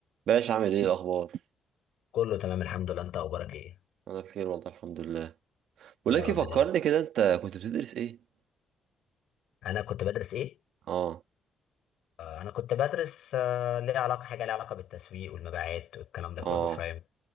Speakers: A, on the right; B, on the left.
A: باش عامل ايه الاخبار
B: كله تمام الحمد لله انت اخبارك ايه
A: انا بخير والله الحمد لله بقول
B: يا
A: لك
B: رب
A: إيه، فكرني
B: دايما
A: كده انت كنت بتدرس ايه
B: انا كنت بدرس ايه
A: اه
B: آه، انا كنت بدرس آه، ليه علاقه حاجه ليها علاقه بالتسويق والمبيعات والكلام ده كله
A: اه
B: فاهم